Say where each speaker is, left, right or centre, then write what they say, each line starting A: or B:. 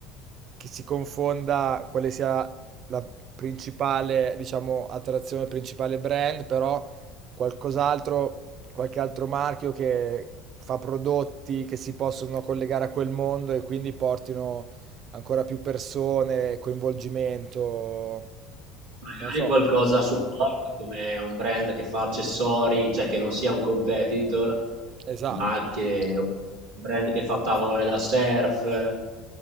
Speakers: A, on the right; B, on the right.
A: che si confonda quale sia la principale, diciamo, attrazione, il principale brand, però qualcos'altro, qualche altro marchio che fa prodotti che si possono collegare a quel mondo e quindi portino ancora più persone, coinvolgimento,
B: Magari
A: non so.
B: qualcosa a supporto come un brand che fa accessori, cioè che non sia un competitor,
A: Esatto,
B: ma che un brand che fa tavole da surf,